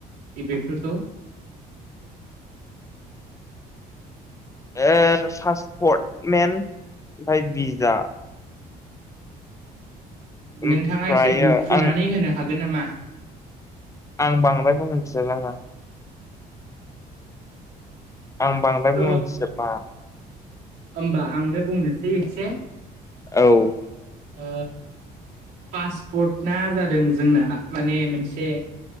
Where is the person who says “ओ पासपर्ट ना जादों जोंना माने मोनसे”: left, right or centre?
Right